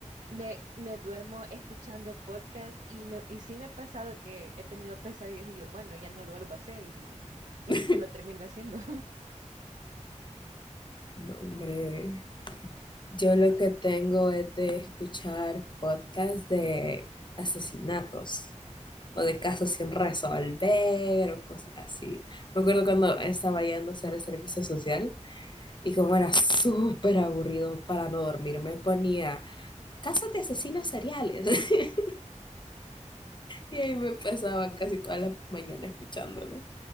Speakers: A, on the right; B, on the left.
A: Me, me duermo escuchando podcast y, me, y sí me ha pasado que he tenido pesadillas y yo, bueno, ya no lo vuelvo a hacer y, y
B: <laughs>
A: siempre lo termino haciendo. <laughs>
B: No, hombre, yo lo que tengo es de escuchar podcasts de asesinatos
A: Y,
B: o de casos
A: y,
B: sin resolver o cosas así. Me acuerdo cuando estaba yendo a hacer el servicio social y como era súper aburrido para no dormir, me ponía casos de asesinos seriales. <laughs> Y ahí me pasaba casi toda la mañana escuchándolo.